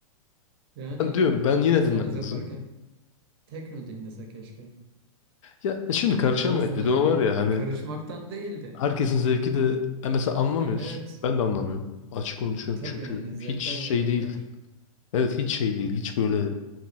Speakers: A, on the right (about 40°); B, on the left (about 60°).
A: Yani
B: Ben diyorum ben yine
A: Sonuz
B: dinlemezdim.
A: yaparken tekno dinlese keşke.
B: Ya e, şimdi
A: Yani
B: karışamayız.
A: en azından
B: Bir
A: hani
B: de o var ya hani
A: karışmaktan değil de.
B: herkesin zevki de e, mesela anlamıyoruz.
A: Ya evet
B: Ben de anlamıyorum. Açık konuşuyorum
A: tabii
B: çünkü
A: hani zevkler
B: hiç şey
A: ve renkler.
B: değil. Evet hiç şey değil. Hiç böyle